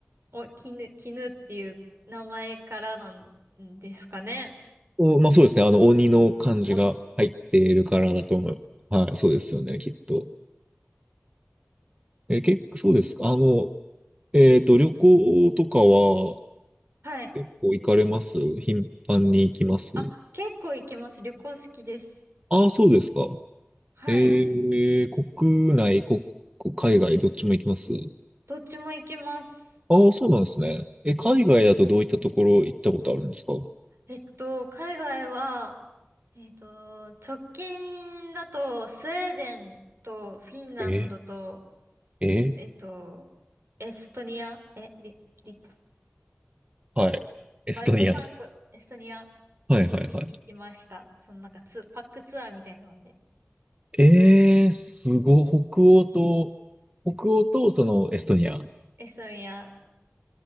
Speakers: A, on the right (about 70°); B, on the right (about 25°).
A: お、絹、絹っていう名前からなんですかね。
B: お、まあそうですね。あの、鬼の漢字が入っているからだと思う。
A: お、
B: はい、そうですよね、きっと。え、結構、そうですか。あの、えっと、旅行とかは、
A: はい。
B: 結構行かれます頻繁に行きます
A: あ、結構行きます。旅行好きです。
B: ああ、そうですか。
A: はい。
B: えー、国内、国、海外、どっちも行きます
A: どっちも行きます。
B: ああ、そうなんですね。え、海外だとどういったところ行ったことあるんですか
A: えっと、海外は、えっと、直近だと、スウェーデンとフィンランドと、
B: え、え、
A: えっと、エストニア、え、リ、リ
B: はい。エストニア。
A: バルト三国、
B: は
A: エストニア
B: いはいはい。
A: に行きました。そのなんかツ、パックツアーみたいなので。
B: えー、すごい、北欧と、北欧とそのエストニア。
A: エストニア。